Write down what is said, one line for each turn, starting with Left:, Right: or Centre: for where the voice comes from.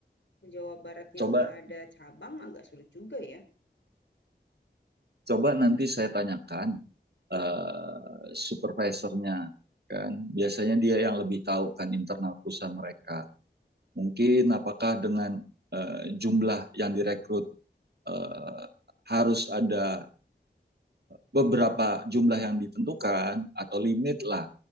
Left: ke Jawa Baratnya
Right: coba
Left: nggak ada cabang agak sulit juga ya.
Right: coba nanti saya tanyakan eh, supervisornya kan biasanya dia yang lebih tahu kan internal perusahaan mereka mungkin apakah dengan eh, jumlah yang direkrut eh, harus ada beberapa jumlah yang ditentukan atau limit lah.